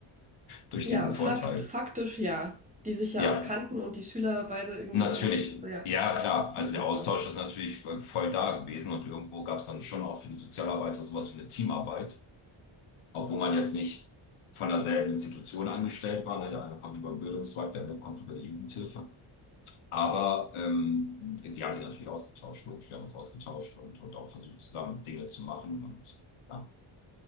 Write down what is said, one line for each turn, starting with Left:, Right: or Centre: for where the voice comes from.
Left: durch
Right: Ja,
Left: diesen Vorteil.
Right: fakt, faktisch ja. Die sich ja
Left: Ja,
Right: auch kannten und die Schüler beide irgendwie
Left: natürlich.
Right: kannten. So, ja,
Left: Ja, klar.
Right: das
Left: Also
Right: ist super.
Left: der Austausch ist natürlich voll da gewesen und irgendwo gab es dann schon auch für die Sozialarbeiter sowas wie eine Teamarbeit, obwohl man jetzt nicht von derselben Institution angestellt war. Ne? Der eine kommt über den Bildungszweig, der andere kommt über die Jugendhilfe. Aber ähm, die haben sich natürlich ausgetauscht, logisch. Wir haben uns ausgetauscht und, und auch versucht, zusammen Dinge zu machen. Und ja,